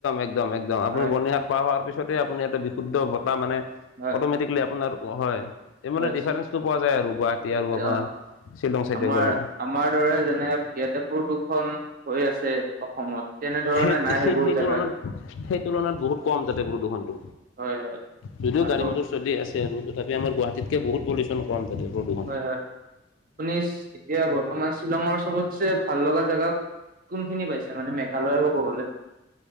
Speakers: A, on the left; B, on the right.
A: একদম একদম আপুনি
B: হয়
A: বন খোৱা হোৱাৰ পিছতে আপুনি এটা বিশুদ্ধ বতাহ মানে
B: হয়
A: অট'মেটিকলী আপোনাৰ হয়। এই
B: হয়
A: মানে ডিফাৰেন্সটো পোৱা যায় আৰু গুৱাহাটী আৰু আপোনাৰ
B: অ
A: শ্বিলং চাইডে
B: আমাৰ
A: গ'লে
B: আমাৰ দৰে যেনে ইয়াতে প্ৰদূষন হৈ আছে অসমত তেনেধৰণে
A: সেই
B: নাই
A: সেই-
B: সেইবোৰ
A: সেই
B: জেগাত।
A: তুলনাত সেই তুলনাত বহুত কম যাতে প্ৰদূৰষণতটো
B: হয় হয়
A: যদিও
B: আৰু
A: গাড়ী মটৰ চলি আছে। আৰু তথাপি আমাৰ গুৱাহাটীকে বহুত পলিচন <inaudible>
B: হয় হয় আপুনি এতিয়া বৰ্ত তমাৰ শ্বিলংৰ চবতছে ভাল লগা জেগা কোনখিনি পাইছা মানে মেঘালয় ক'ব গ'লে?